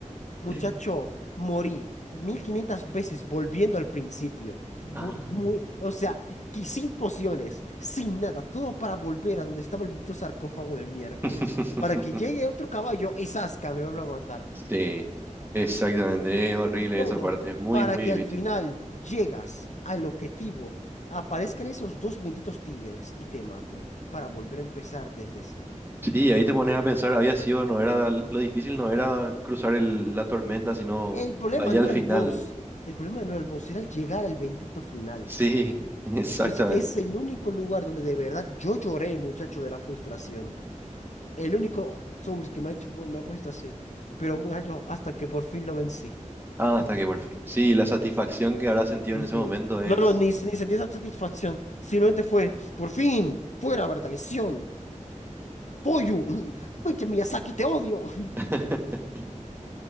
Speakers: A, on the left (about 65°); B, on the right (about 15°).
A: Muchacho,
B: <laughs>
A: morí 1500 veces volviendo al principio. Bu-
B: Ah.
A: mu- o sea, que sin pociones, sin nada, todo para volver a donde estaba el bendito sarcófago de miércoles,
B: <laughs>
A: para que llegue otro caballo y zasca, me vuelva a matar.
B: Sí, exactamente. Es horrible
A: todo
B: esa parte. Es muy,
A: para
B: muy
A: que al
B: difícil.
A: final llegas al objetivo, aparezcan esos dos benditos tigres y te maten para volver a empezar desde cero.
B: Sí, ahí te pones a pensar, había sido, no era, lo difícil no era cruzar el- la tormenta, sino
A: El problema
B: ahí al
A: no era
B: final.
A: el boss, el problema no era el boss, era el llegar al bendito final.
B: Sí, <laughs> exactamente.
A: Por eso es el único lugar donde de verdad yo lloré, muchacho, de la frustración. El único Souls que me ha hecho, me ha puesto así. Pero, muchacho, hasta que por fin lo vencí.
B: Ah, hasta que por fin. Sí, la satisfacción que habrás sentido
A: Sí,
B: en ese
A: sí.
B: momento es...
A: No, no, ni, ni sentí esa satisfacción. Simplemente fue, por fin, fuera, Bertalición. Pollo, <clears throat> <laughs> pinche Miyazaki, te odio. <laughs>
B: <laughs>